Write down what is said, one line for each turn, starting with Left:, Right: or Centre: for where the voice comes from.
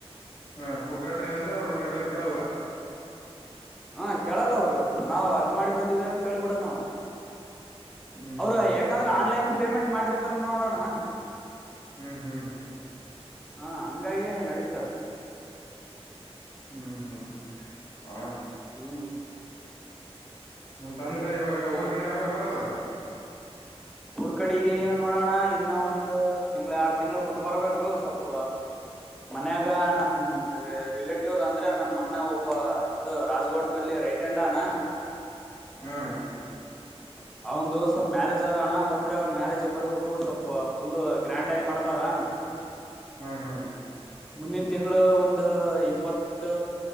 Left: ಹಾ ಫುಡ್ ಆರ್ಡ್ರ ಏನಂದ್ರೆ ಅವರು ರೇಟ್ ಏನ್ ಕೇಳಲ್ಲ
Centre: ಹಾ ಕೇಳಲ್ಲ ಅವರು ನಾವ್ ಅದ್ ಮಾಡಿ ಬಂದಿವ್ರಿ ಅಂತ ಹೇಳಿಬಿಡೋದು ನಾವು
Left: ಹ್ಮ್
Centre: ಅವ್ರ
Left: ಹ್ಮ್
Centre: ಯಾಕಂದ್ರೆ ಆನ್ಲೈನ್ ಪೇಮೆಂಟ್ ಮಾಡಿರ್ತ ನೋಡಣ್ಣ
Left: ಹ್ಮ್ ಹ್ಮ್
Centre: ಹಾ ಹಂಗಾಗಿ ನಡೀತ
Left: ಹ್ಮ್ ಹ್ಮ್ ಹ
Centre: ಹ್ಮ್
Left: ಮಂತ ಅಂದ್ರೆ ಇವಾಗ ಊರ್ ಕಡೆ ಯಾವಾಗಬರದು
Centre: ಊರ್ ಕಡೆಗೆ ನೋಡೋಣ ಇನ್ನು ಒಂದು ತಿಂಗ್ಳ ಎರಡ್ ತಿಂಗಳ ಬಿಟ್ಟು ಬರ್ಬೇಕು ಸ್ವಲ್ಪ ಮನ್ಯಾಗ ನಮ್ ರಿಲೇಟಿವ್ ಅಂದ್ರೆ ನಮ್ ಅಣ್ಣ ಒಬ್ಬ ಇದದು ರಾಜಗೋಡ ಬಲ್ಲಿ ರೈಟ್ ಹ್ಯಾಂಡ್ ಅವ್ನ
Left: ಹ್ಮ್
Centre: <inaudible> ಅವಂದು ಸ್ವಲ್ಪ್ ಮ್ಯಾರೇಜ್ ಆದದಣ ಬಂದ್ರೆ ಅವ್ನ್ ಮ್ಯಾರೇಜಗ್ ಬರ್ಬೇಕು ಸ್ವಲ್ಪ ಫುಲ್ ಗ್ರ್ಯಾಂಡ್ ಮಾಡದಾವ <inaudible>
Left: ಹ್ಮ್ ಹ್ಮ್
Centre: ಮುಂದಿನ ತಿಂಗಳು ಒಂದು ಇಪ್ಪತ್